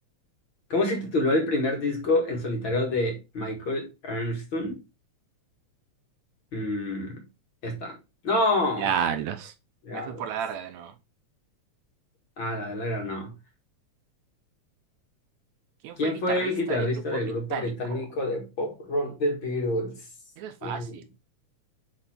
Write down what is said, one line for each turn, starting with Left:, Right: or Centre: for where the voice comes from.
Left: ¿Cómo se tituló el primer disco en solitario de Michael Ernstun? Mm, esta. ¡No!
Right: Ya los.
Left: Diablos.
Right: Me fui por la larga de nuevo.
Left: Ah, la de la ganó.
Right: ¿Quién
Left: ¿Quién
Right: fue el guitarrista
Left: fue el guitarrista
Right: del grupo
Left: del
Right: británico?
Left: grupo británico de pop rock The Beatles?
Right: Eso es fácil.
Left: Mm,